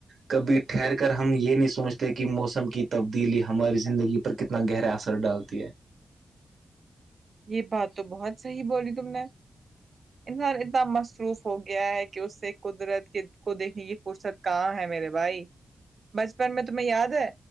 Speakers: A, on the right; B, on the right.
A: کبھی ٹھہر کر ہم یہ نہیں سوچتے کہ موسم کی تبدیلی ہماری زندگی پر کتنا گہرا اثر ر ڈالتی ہے
B: یہ بات تو بہت صحیح بولی تم نے انسان اتنا مصروف ہو گیا ہے کہ اس سے قدرت کے کو دیکھنے کی فرصت کہاں ہے میرے بھائی بچپن میں تمہیں یاد ہے